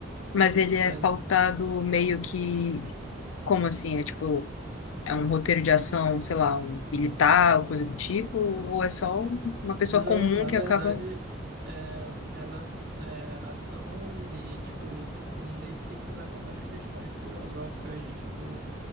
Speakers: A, on the left (about 80°); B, on the right (about 50°).
A: Mas ele é
B: Mas
A: pautado meio que como assim? É tipo É um roteiro de ação, sei lá, um militar, ou coisa do tipo, ou é só uma pessoa
B: não,
A: comum
B: na
A: que
B: verdade,
A: acaba.
B: é, elas, é, ação e, e, tipo, ele meio que te leva a umas questões filosóficas de, tipo,